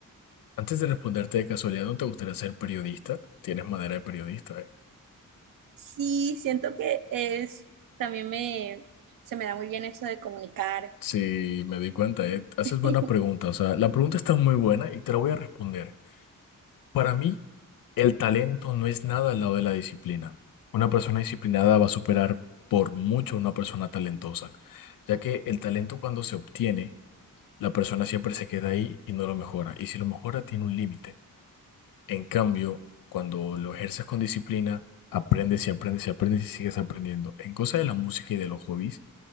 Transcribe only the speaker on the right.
Sí, siento que es, también me, se me da muy bien eso de comunicar.
<laughs>